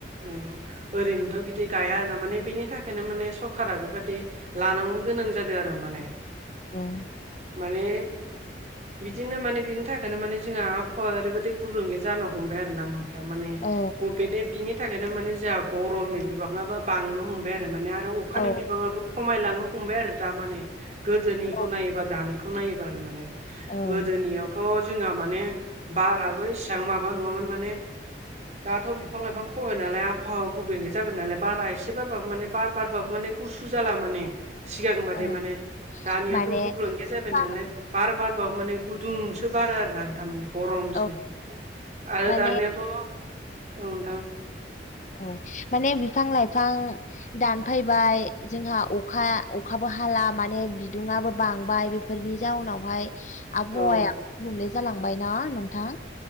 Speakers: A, on the right; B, on the left.
A: ओ ओरैनोथ' बिदि गाया आरोना माने बिनि थाखायनो माने सरखारा बेबादि लानांगौ गोनां जादों आरो माने।
B: औ
A: माने बिदिनो माने बिनि थाखायनो माने जोंहा आबहावा ओरैबायाददि गुबुंगे जानो हमबाय आरो ना। थां माने
B: औ
A: <unintelligible> बिनि बिनि थाखायनो माने जोंहा गरमनि बिबाङाबो बांनो हमबाय आरो माने आरो अखानि
B: औ
A: बिबाङाबो खमायलांनो हमबाय आरो दा माने गोदोनिखौ
B: औ
A: नायोबा दानिखौ नायोबा आरो माने
B: औ
A: गोदोनियावथ' थ जोंहा माने बाराबो इसिबां माबा नङामोन माने दाथ' बिफां लाइफां खबाय नालाय आबहावा गुबैगे जाबाय नालाय बारा एसे बारबाबो माने बार बारबाबो माने गुसु जाला माने सिगांबारे
B: औ
A: माने दानियाथ'
B: माने
A: गुबलुन गैया जाबाय
B: बिफां
A: नालाय बार बारबाबो माने गुदुंसो बारो आरो आं थारमाने गरमसो
B: औ
A: आरो
B: माने
A: दानियाथ' औ नथां
B: औ माने बिफां लाइफां दानफैबाय जोंहा अखा अखाबो हाला माने बिदुुंआो बांबाय बेफोरनि जाउनावहाय आबहावाया
A: औ
B: गुबुंले जालांबाय ना नोंथां?